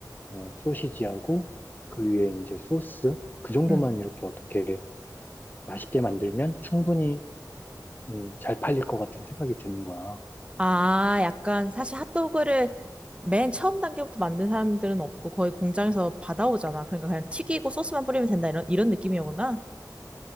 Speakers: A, on the left (about 25°); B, on the right (about 15°).
A: 어, 소시지하고 그 위에 이제 소스 그 정도만
B: 응.
A: 이렇게 어떻게 맛있게 만들면 충분히 음, 잘 팔릴 것 같은 생각이 드는 거야.
B: 아, 약간 사실 핫도그를 맨 처음 단계부터 만든 사람들은 없고 거의 공장에서 받아오잖아. 그러니까 그냥 튀기고 소스만 뿌리면 된다 이런 이런 느낌이었구나.